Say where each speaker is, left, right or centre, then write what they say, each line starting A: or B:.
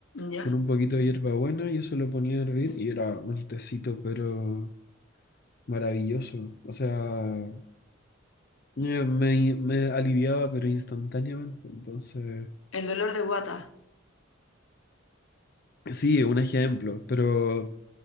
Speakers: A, on the left; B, on the left.
A: ya.
B: con un poquito de hierbabuena y eso lo ponía a hervir y era un tecito pero maravilloso. O sea, Eh, Me, me aliviaba, pero instantáneamente. Entonces,
A: El dolor de guata.
B: sí, es un ejemplo, pero